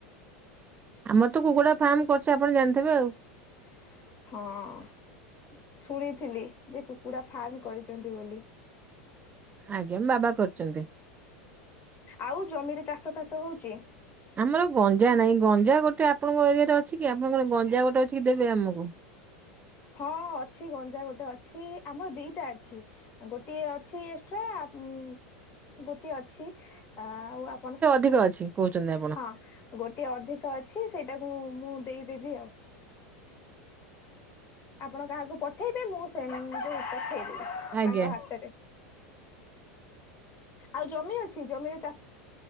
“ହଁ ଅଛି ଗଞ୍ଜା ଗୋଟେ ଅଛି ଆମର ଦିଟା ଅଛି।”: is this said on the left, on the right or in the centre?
Left